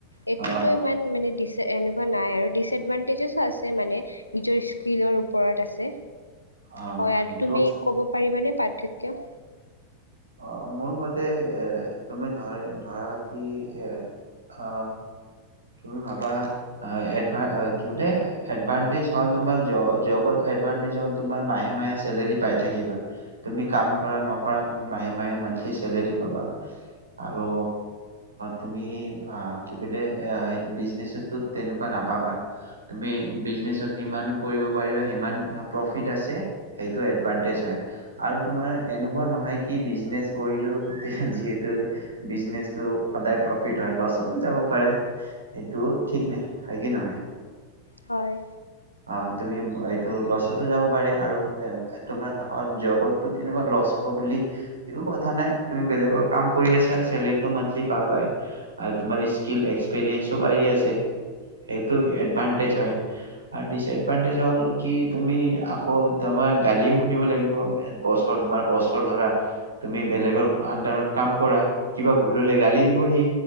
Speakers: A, on the left; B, on the right.
A: এইটোতো
B: অ'
A: ইমান মানে দিচ এনেকুৱা নাই আৰু ডিচএডভানটেজেছো আছে মানে নিজৰ স্কিলৰ ওপৰত আছে।
B: অ'
A: হয় আৰু
B: সেইটো
A: তুমি ক'ব পাৰিবানে পাৰ্থক্য।
B: অ মোৰ মতে এ তুমি ধ-ধৰা কি উম অ তুমি ভাবা অ এডভা কি বোলে এডভাণ্টেজ হল তোমাৰ জ-জ-জবত এডভাণ্টেজ হল তোমাৰ মাহে মাহে চেলাৰী পাই থাকিবা তুমি কাম কৰা নকৰা তুমি মাহে মে মান্থলি চেলাৰি পাবা আৰু তুমি কি বোলে এইটো বিজনেচতো তেনেকুৱা নাপাবা তুমি বিজনেচত যিমান কৰিব পাৰিবা সিমান প্ৰফিট আছে সেইটো এডভানটেজ হয় আৰু তোমাৰ এনেকুৱা নহয় কি বিজনেছ কৰিলো যিহেতু বিজনেচটো সদায় প্ৰফিট হয় লছতো যাব পাৰে সেইটো ঠিক নাই হয় কি নহয়?
A: হয়
B: অঁ তুমি এইটো লচটো যাব পাৰে আৰু তোমাৰ হল যবতটো তেনেকুৱা লছ হব বুলি একো কথা নাই, তুমি বেলেগৰ কাম কৰি আছা চেলেৰিত মন্থলি পাবাই আৰু তোমাৰ স্কিল এক্সপেৰিইঞ্চ চব আহি আছে এইটো এডভান্সটেজ হয়। আৰু ডিচএডভানটেজ হ'ল কি তুমি আকৌ তোমাৰ গালিও শুনিব লাগিব বছৰ তোমাৰ বছৰ ধৰা তুমি বেলেগৰ আনডাৰত কাম কৰা কিবা ভুল হলে গালি দিবহি